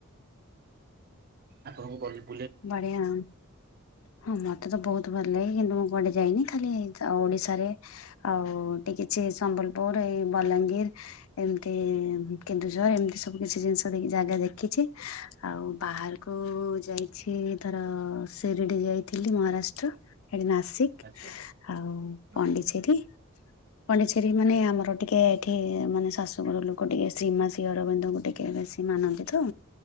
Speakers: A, on the right; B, on the left.
A: ଆପଣଙ୍କୁ ଭ
B: ବଢିଆ। ହଁ ମତେ ତ ବହୁତ୍ ଭଲ ଲାଗେ କିନ୍ତୁ ମୁଁ କୁଆଡେ ଯାଇନି ଖାଲି ଓଡିଶାରେ ଆଉ ଏଠି କିଛି ସମ୍ବଲପୁର ଏଇ ବଲାଙ୍ଗୀର ଏମିତି କେନ୍ଦୁଝର ଏମିତି ସବୁ କିଛି ଜିନିଷ ଦେ ଜାଗା ଦେଖିଛି। ଆଉ ବାହାରକୁ ଯାଇ କିଛି ଥର ସିରିଡ଼ି ଯାଇଥିଲି ମହାରାଷ୍ଟ୍ର ସେଠି ନାସିକ୍
A: ଆଚ୍ଛା
B: ଆଉ ପଣ୍ଡିଚେରୀ
A: ଆଚ୍ଛା।
B: ପଣ୍ଡିଚେରୀ ମାନେ ଆମର ଟିକେ ଏଠି ମାନେ ଶାଶୁ ଘର ଲୋକ ଟିକେ ଶ୍ରୀମାସ ଅରବିନ୍ଦଙ୍କୁ ଟିକେ ବେଶୀ ମାନନ୍ତି ତ